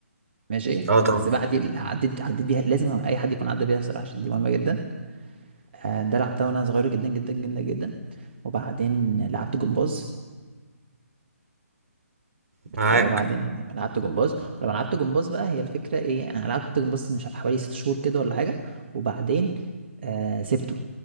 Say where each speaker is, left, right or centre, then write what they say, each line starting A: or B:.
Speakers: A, on the right; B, on the right.
A: ماشي
B: اه طبعا
A: السباحه دي عديت عديت بيها لازم اي حد يكون عدى بيها الصراحه عشان دي مهمه جدا آه، ده لعبتها وانا صغير جدا جدا جدا جدا وبعدين لعبت جمباز
B: معاك
A: وبعدين لعبت جمباز ولما لعبت جمباز بقى هي الفكرة ايه انا لعبت جمباز مش عارف حوالي ست شهور كده ولا حاجة وبعدين آه سبته